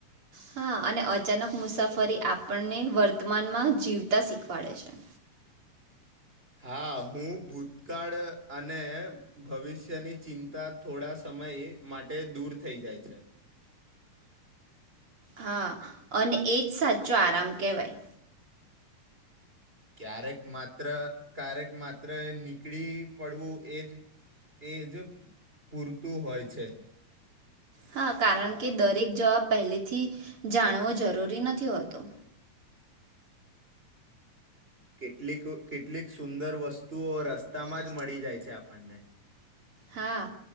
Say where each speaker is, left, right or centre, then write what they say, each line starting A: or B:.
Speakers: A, on the right; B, on the right.
A: હા અને અચાનક મુસાફરી આપણને વર્તમાનમાં જીવતા શીખવાડે છે.
B: હા, હું ભૂતકાળ અને ભવિષ્યની ચિંતા થોડા સમય માટે દૂર થઈ જાય છે.
A: હા અને એજ સાચો આરામ કેહેવાય.
B: ક્યારેક માત્ર ક્યારેક માત્ર નીકળી પડવું એજ એજ પૂરતું હોય છે.
A: હા કારણ કે દરેક જવાબ પહેલેથી જાણવો જરૂરી નથી હોતો.
B: કે કેટલીક કેટલીક સુંદર વસ તુંઓ રસ્તામાં
A: <inaudible>
B: જ મળી જાય છે આપણને
A: હા